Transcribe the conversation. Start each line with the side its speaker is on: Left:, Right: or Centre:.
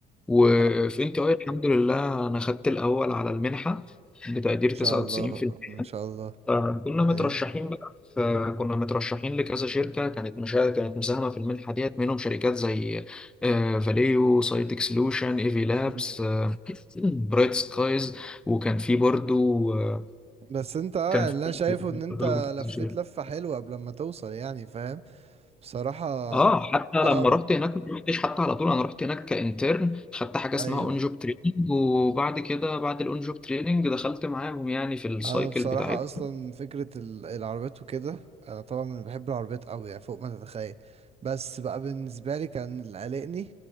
Centre: وفي
Right: اه
Centre: ان تي اي الحمد لله انا خدت الاول على المنحه بتقدير
Right: ان
Centre: 99%
Right: شاء الله ان شاء الله
Centre: فكنا مترشحين
Right: ايوه
Centre: بقى فكنا مترشحين لكذا شركة كانت مشا... كانت مساهمة في المنحة ديت منهم شركات زي آه، فاليو سايتك سولوشن ايفي لابس
Right: مم.
Centre: آه، <clears throat> برايت سكايز وكان في برضو آه،
Right: بس انت اه
Centre: كان
Right: يعني
Centre: في
Right: اللي انا شايفه
Centre: <laughs>
Right: ان انت لفيت لفة حلوة قبل ما توصل يعني فاهم بصراحة
Centre: اه حتى لما
Right: اه
Centre: رحت هناك ما رحتش حتى على طول انا رحت هناك كانترن خدت حاجه
Right: ايوه
Centre: اسمها اون جوب تريننج وبعد كده بعد الاون جوب تريننج دخلت معاهم يعني في السايكل
Right: انا بصراحه
Centre: بتاعتهم
Right: اصلا فكره ال- العربيات وكده انا طبعا من بحب العربيات قوي يعني فوق ما تتخيل بس بقى بالنسبه لي كان اللي قلقني